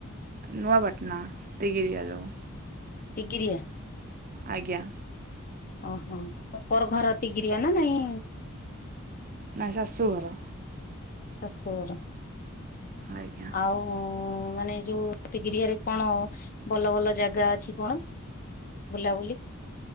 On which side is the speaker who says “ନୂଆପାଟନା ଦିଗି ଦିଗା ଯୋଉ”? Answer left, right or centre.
Right